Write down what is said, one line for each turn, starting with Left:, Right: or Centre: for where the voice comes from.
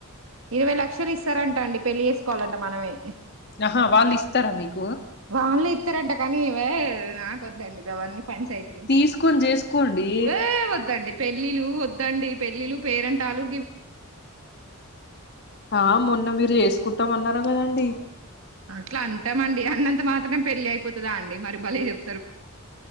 Right: ఇరవై లక్షలు ఇస్తారంటండి పెళ్ళి చేసుకోవాలంట మనమే
Left: అహా వాళ్లు ఇస్తర మీకు
Right: వాళ్ళు ఇస్తారంట కానీ వే నాకొద్దండి గవన్నీ పంచాయితులు
Left: తీసుకొని చేసుకోండి
Right: ఏ వద్దండి పెళ్ళిళ్ళ వద్దండి పెళ్ళిలు పేరెంటాలు
Left: ఆ మొన్న మీరు చేసుకుంటామ అన్నారు కదండి
Right: అట్లా అంటాంమండి అన్నంత మాత్రం పెళ్లి అయిపోతుందా అండి మరి బలే చె